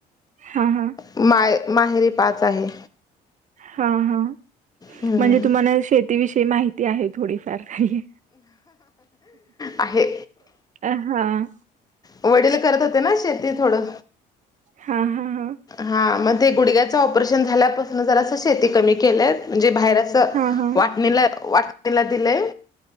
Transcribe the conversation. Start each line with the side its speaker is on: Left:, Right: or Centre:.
Right: हा हां
Left: माय माहेरी पाच आहे.
Right: हा हा
Left: हम्म.
Right: म्हणजे तुम्हाला शेतीविषयी माहिती आहे थोडीफार तरी.
Left: आहे.
Right: हा हा
Left: वडील करत होते ना शेती थोडं.
Right: हा हा हां.
Left: हा मग ते गुडग्याचं ऑपरेशन झाल्यापासून जर असं शेती कमी केलं म्हणजे बाहेर.
Right: हां, हां.
Left: वाटणीला वाटणीला दिलंय.